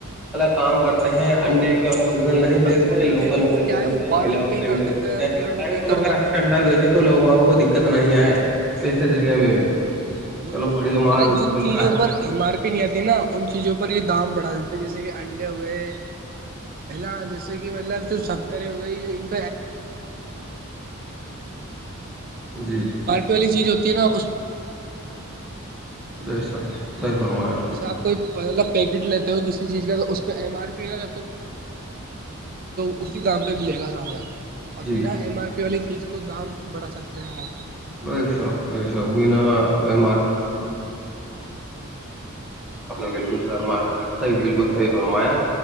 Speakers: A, in the centre; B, on the right.
A: کام کرتے ہیں
B: وہی
A: انڈے
B: تو
A: کا اوریزن نہیں
B: دس
A: بیچتے
B: والی
A: ہیں لوکل
B: تھیلی
A: انڈے
B: کو کیا
A: بیچتے
B: ہے وہ
A: ہیں
B: بارہ
A: ملاوٹی
B: روپئے ہی
A: انڈے
B: کر دیتے
A: بیچتے ہیں
B: تیرہ روپئے
A: ارے
B: ہی
A: تم
B: کر
A: اگر
B: دیتے
A: اچھا
B: ہیں
A: انڈا بیچے تو لوگ بابوں کو دقت نہیں آئے پیسے دینے میں بھی
B: وہ
A: چلو
B: تو
A: بڑھیا مال
B: ارے جن
A: مل
B: چیزوں
A: رہا ہے تو
B: پر
A: پیسے
B: ایم آر پی پنی آتی نا ان چیزوں پر یہ دام بڑھا دیتے جیسے کہ انڈے ہو گئے پلا جیسے کہ مطلب کھڑے ہو گئی
A: بھی جی جی
B: پہلی چیز ہوتی ہے نا
A: بے س صحی فرمایا
B: جیسے آپ پیکٹ لیتے ہو کسی چیز کا اس پہ ایم ار پی ہے اسی دام پہ ملے گا سامان ا
A: جی
B: بنا ایم آر پی والی چیز کو دام بڑھا سکتے ہیں وہ
A: بے شک بے شک نے بالکل فرمایا صحیح بالکل صحیح فرمایا